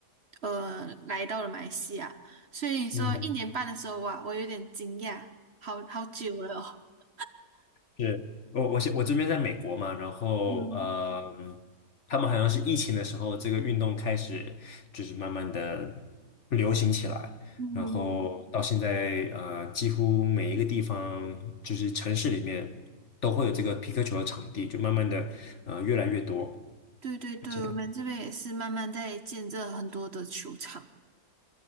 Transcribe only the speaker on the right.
呃，来到了马来西亚，所以说一年半的时候，
哇，我有点惊讶，好好久了哦。
嗯
嗯，
对对对，
我们这边也是慢慢在建设很多的球场。